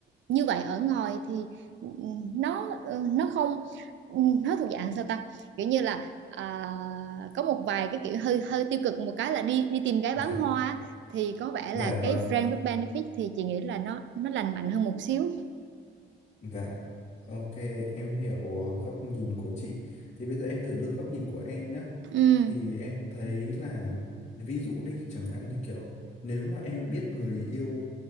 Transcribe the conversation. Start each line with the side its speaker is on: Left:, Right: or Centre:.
Right: như vậy ở ngoài thì ừ, nó ừ, nó không ừ, nó thuộc dạng sao ta kiểu như là à, có một vài cái kiểu hơi hơi tiêu cực một cái là đi đi tìm gái
Left: dạ,
Right: bán hoa thì có vẻ
Left: dạ
Right: là cái
Left: vâng.
Right: friend with benefit thì chị nghĩ là nó nó lành mạnh hơn một xíu
Left: Dạ, ok, em hiểu uh, góc nhìn của chị. Thì bây giờ em thử đưa góc nhìn của em nhé.
Right: ừ
Left: Thì em thấy là, ví dụ đi, chẳng hạn như kiểu, nếu mà em biết người yêu